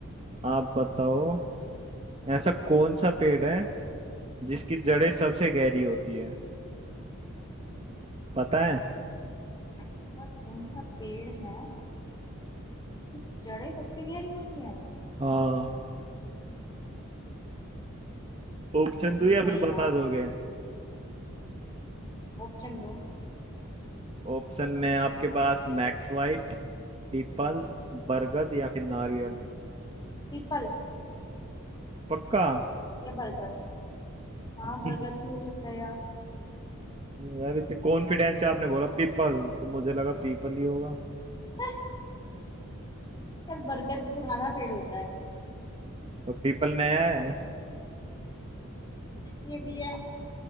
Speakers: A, on the right (about 25°); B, on the left (about 20°).
A: आप बताओ ऐसा कौन सा पेड़ है जिसकी जड़ें सबसे गहरी होती है पता है
B: ऐसा कौन सा पेड़ है जिसकी जड़ें सबसे गहरी होती है
A: हाँ ऑप्शन दो
B: नहीं
A: या फिर बता
B: यार
A: दोगे
B: ऑप्शन दो
A: ऑप्शन में आपके पास मैक्स वाइट पीपल बरगद या फिर नारियल
B: पीपल
A: पक्का
B: या बरगद हाँ बरगद
A: <laughs>
B: भी हो सकता है यार
A: यार इतने कॉन्फिडेंस से आपने बोला पीपल तो मुझे लगा पीपल ही होगा
B: <laughs> यार बरगद पुराना पेड़ होता है
A: तो पीपल नया है
B: ये भी है